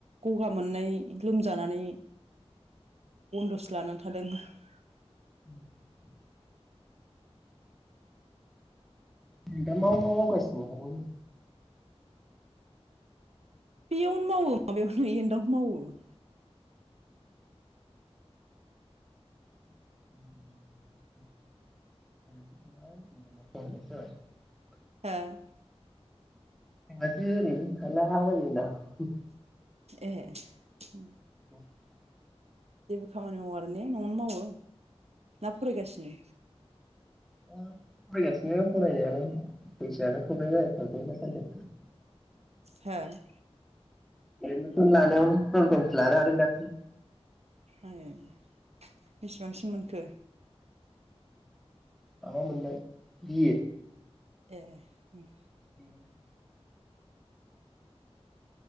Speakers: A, on the right (about 75°); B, in the centre.
A: ग'गा मोननाय लोम जानानै बन्दसो लानानै थादों ।
B: <unintelligible> दों दा मा मा मावगासिनो नों?
A: बेयावनो मावो माबायावनो एनन्दावनो मावो ।
B: <unintelligible> <unintelligible>
A: हा ।
B: जोंहासो ओरैनो थालाबायो होनदां ।
A: ए ।
B: <unintelligible>
A: देबो खामानि मावो आरो ने न'आवनो मावो? ना फरायगासिनो?
B: दा फरायगासिनो फरायनायालाय फैसायानो प्रब्लेम जायो थार दै थाखायनो।
A: हो ।
B: एडमिसन लानायावनो खुनुरुखुमसो लानो हादों दाक्लि ।
A: आइ ए बिसिबांसिम मोनखो?
B: माबा मोनबाय बिए' ।
A: ए ओम ।
B: <unintelligible>